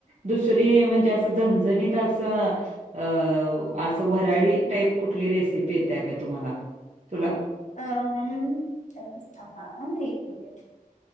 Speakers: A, on the right; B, on the left.
A: दुसरी म्हणजे असं झणझणीत असं अ असं व्हराडी टाईप कुठली रेसिपी येत्या का तुम्हाला, तुला?
B: अ उम अ थांबा आ एक मिनिट.